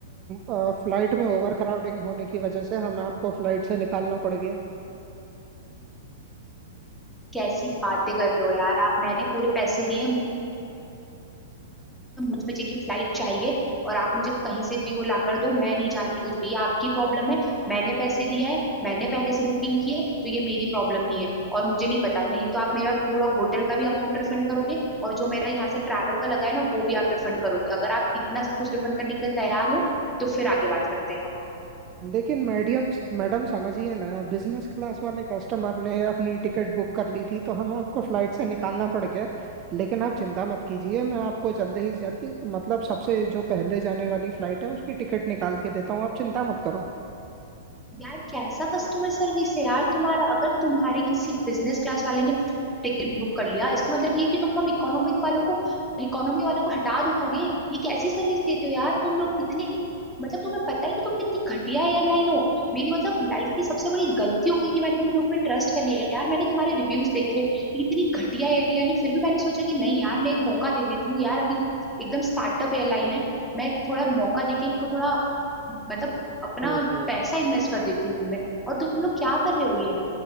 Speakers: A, on the right (about 30°); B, in the centre.
A: फ़्लाइट में ओवर क्राउडिंग होने की वजह से हमें आपको फ़्लाइट से निकालना पड़ गया
B: कैसी बातें कर रहे हो यार आप मैंने पूरे पैसे दिए हैं, तो मुझ बजे की फ्लाइट चाहिए और आप मुझे कहीं से भी वो लाकर दो मैं नहीं जानती कुछ भी ये आपकी प्रॉब्लम है मैंने पैसे दिया है मैंने पहले से बुकिंग की है तो ये मेरी प्रॉब्लम नहीं है और मुझे नहीं पता नहीं तो आप मेरा पूरा होटल का भी अमाउंट रिफंड करोगे और जो मेरा यहाँ से ट्रैवल का लगा है ना वो भी आप रिफंड करोगे अगर आप इतना सब कुछ रिफंड करने के लिए तैयार हो तो फिर आगे बात करते हैं
A: लेकिन मैडियम मैडम समझिए ना बिजनेस क्लास वाले कस्टमर ने अपनी टिकट बुक कर ली थी तो हमें आपको फ्लाइट से निकालना पड़ गया लेकिन आप चिंता मत कीजिए मैं आपको जल्दी ही जल्दी मतलब सबसे जो पहले जाने वाली फ्लाइट है उसकी टिकट निकाल के देता हूँ आप चिंता मत करो
B: यार कैसा कस्टमर सर्विस है यार तुम्हारा अगर तुम्हारे किसी बिजनेस क्लास वाले ने टिकट बुक कर लिया इसका मतलब ये है कि तुम हम इकोनॉमिक वालों को इकोनॉमी वालों को हटा दोगे ये कैसी सर्विस देते हो यार तुम लोग कितने मतलब तुम्हें पता है कि तुम कितनी घटिया एयरलाइन हो मेरी मतलब लाइफ की सबसे बड़ी गलती हो गई कि मैंने तुम लोगों पे ट्रस्ट कर लिया है यार मैंने तुम्हारे रिव्यूज देखे कि इतनी घटिया एयरलाइन है फिर भी मैंने सोचा कि नहीं यार मैं एक मौका दे देती हूँ यार अभी एकदम स्टार्टअप एयरलाइन है मैं थोड़ा मौका देके इनको थोड़ा मतलब अपना
A: ओहो
B: पैसा इन्वेस्ट कर देती हूँ उनमें और तुम लोग क्या कर रहे हो ये